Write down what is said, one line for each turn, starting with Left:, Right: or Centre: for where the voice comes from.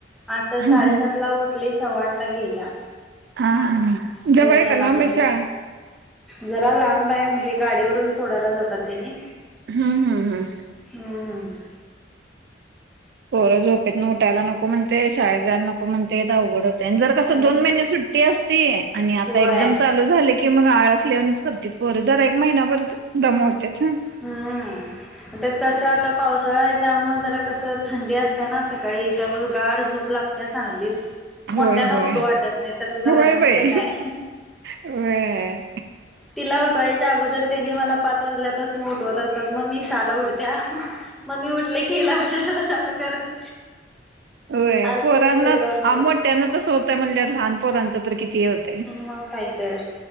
Centre: आज तर
Right: हा
Centre: साडेसातला उठली सव्वा आठला गेलीया.
Right: हा
Centre: वेळ
Right: जवळ आहे
Centre: झाला
Right: का लांब
Centre: भरपूर.
Right: आहे शाळा
Centre: जरा लांब आहे म्हणजे गाडीवरून सोडायला जातात नी.
Right: हम् हम् हम्म
Centre: हम्म
Right: पोरं झोपेतन उठायला नको म्हणते, शाळेत जायला नको म्हणतेे अवघड जर कस
Centre: आणि
Right: दोन महिने सुट्टी असते आणि आता
Centre: होय
Right: एकदम चालू. चालू झालं की मग आळसल्यावानीच करतात पोरं जरा एक महिनाभर दमावतात ना.
Centre: हम्म त्यात तसं आता पावसाळा आहे त्यामुळे जरा कसं थंडी असते ना सकाळी त्यामुळं गाड झोप लागते चांगलीच.
Right: होय
Centre: मोठ्यांना
Right: होय
Centre: उठू वाटत नाही तर लहानांचं
Right: होय बाई
Centre: काय.
Right: व्हय.
Centre: तिला उठवायच्या अगोदर त्यांनी मला पाच वाजल्यापासून उठवत असतात मग मी सहाला उठत्या. मग मी उठले की हीला म्हणाला चालू करते.
Right: होय
Centre: आज
Right: पोरांना
Centre: तुझं सगळं आमचं.
Right: आ मोठ्यानाच होतं म्हणजे लहान पोरांच तर किती होत.
Centre: मग काय तर.